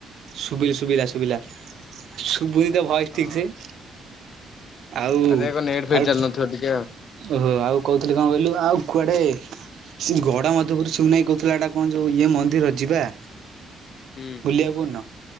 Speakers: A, on the right; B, on the left.
A: ସୁୁବିଲା ସୁବିଲା ସୁବିଲା। ଶୁଭୁନି ତ ଭୟସ
B: ହଁ
A: ଠିକ ସେ। ଆଉ
B: ଆରେ ଏକ ନେଟ୍ ଫେଟ୍
A: ଆଉ
B: ଚାଲୁନଥିବ ଟିକେ ଆଉ।
A: ଓହୋ ଆଉ କହୁଥିଲି କଣ କହିଲୁ ଆଉ କୁଆଡେ? ସେ ଗଡ ମଧପୁରରୁ ସଉନାାଇ କହୁଥିଲା। ଏଟା କଣ ଯୋଉ ଇଏ ମନ୍ଦିର ଯିବା?
B: ହୁଁ
A: ବୁଲିବାକୁ କୋଉଦିନ?